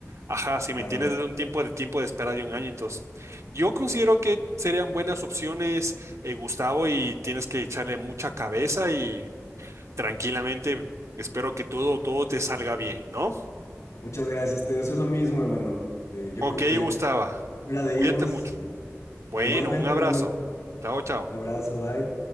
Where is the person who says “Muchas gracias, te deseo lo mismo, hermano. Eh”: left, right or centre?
Left